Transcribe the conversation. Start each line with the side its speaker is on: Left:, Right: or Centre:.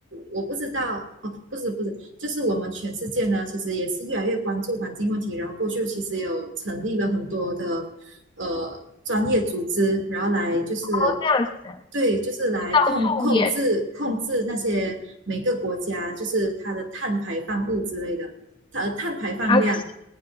Right: 我不知道哦，不是不是，就是我们全世界呢，其实也是越来越关注环境问题，然后过去其实有成立了很多的呃专业组织，然后来就是
Left: 后这样子
Right: 对，就是来控控制控制那些每个国家就是它的碳排放物之类的，
Left: 后也
Right: 它的碳排放量。
Left: 啊，但是